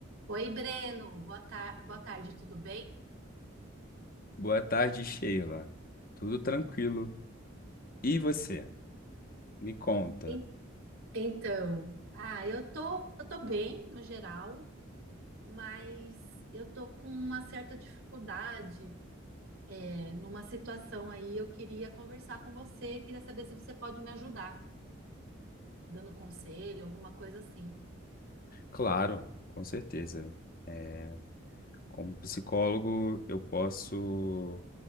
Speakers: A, on the right (about 80°); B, on the left (about 45°).
A: Oi, Breno, boa tar- boa tarde, tudo bem?
B: Boa tarde, Sheila. Tudo tranquilo? E você? Me conta.
A: En- Então, Ah, eu tô, eu tô bem no geral, mas eu tô com uma certa dificuldade, é, numa situação aí. Eu queria conversar com você, queria saber se você pode me ajudar, dando conselho, alguma coisa assim.
B: Claro, com certeza. É, como psicólogo, eu posso